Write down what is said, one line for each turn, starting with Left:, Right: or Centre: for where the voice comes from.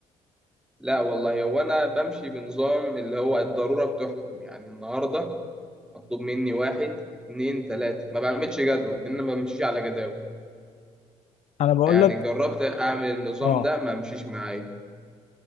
Centre: لا والله هو انا بمشي بنظام اللي هو الضروره بتحكم يعني النهارده مطلوب مني واحد اتنين تلاته ما بعملش جدول لان أنا ما بمشيش على جداول
Left: انا بقول
Centre: يعني
Left: لك
Centre: جربت اعمل النظام
Left: اه
Centre: ده ما مشيش معايا